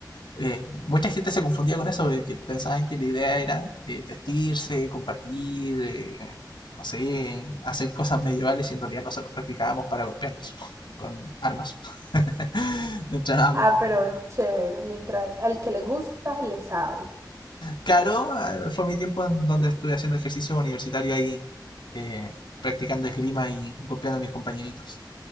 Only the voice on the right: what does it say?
Ah, pero chévere. Mientras al que le gusta, le sabe.